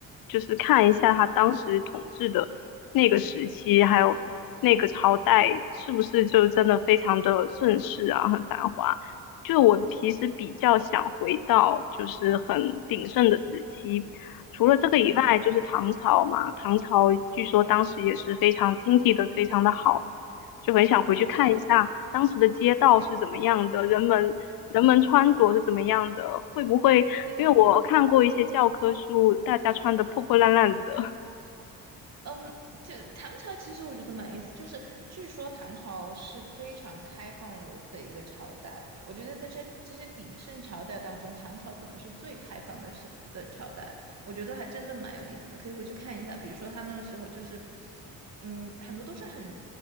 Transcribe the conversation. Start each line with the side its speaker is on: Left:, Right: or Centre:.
Left: 就是看一下他当时统治的那个时期，还有那个朝代是不是就真的非常的盛世啊，很繁华。就我其实比较想回到就是很鼎盛的时期，除了这个以外，
Right: 嗯嗯，
Left: 就是唐朝嘛，唐朝据说当时也是非常经济的，
Right: 对，
Left: 非常的好，
Right: 非常点，
Left: 就很想回去看一下当时的街道是怎么样的，
Right: 我觉得
Left: 人们人们穿着是怎么样的，会不会因为我看过一些教科书，
Right: 对。
Left: 大家穿的破破烂烂的
Right: 嗯，就唐朝其实我觉得蛮有意思，就是据说唐朝是非常开放的的一个朝代，我觉得在这这些鼎盛朝代当中，唐朝可能是最开放的是的朝代，我觉得还真的蛮有意思的，可以回去看一下。比如说他那个时候就是，嗯，很多都是很